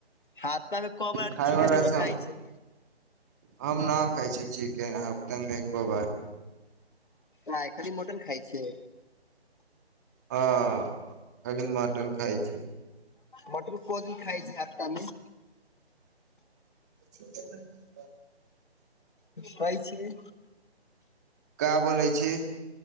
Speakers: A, on the left; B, on the right.
A: हपता कऽ बरा
B: खाय
A: चिकन
B: वाला
A: रोवा
B: सा
A: खाय छय
B: हम ना खाई छी चिकेन हफ्ता में एको बार
A: नय खाली मटन खाइ छै
B: हँ ऐखन मटन खाय छी
A: बटर कोज भी खाइ छै आमे
B: <unintelligible>
A: कहइ छय
B: का बोलै छी